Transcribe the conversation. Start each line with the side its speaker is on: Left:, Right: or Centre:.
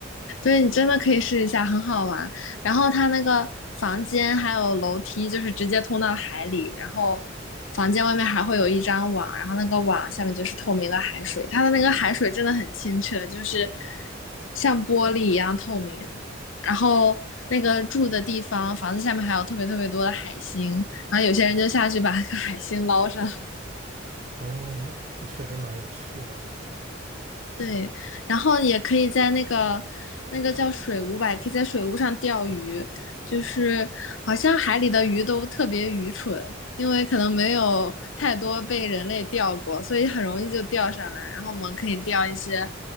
Left: 对，你真的可以试一下，很好玩。然后它那个房间还有楼梯，就是直接通到海里。然后房间外面还会有一张网，然后那个网下面就是透明的海水，它的那个海水真的很清澈，就是像玻璃一样透明。然后那个住的地方，房子下面还有特别特别多的海星，然后有些人就下去把那个海星捞上。
Right: 哦，那那确实蛮有趣的。
Left: 对，然后也可以在那个那个叫水屋吧，也可以在水屋上钓鱼。就是好像海里的鱼都特别愚蠢，因为可能没有太多被人类钓过，所以很容易就钓上来。然后我们可以钓一些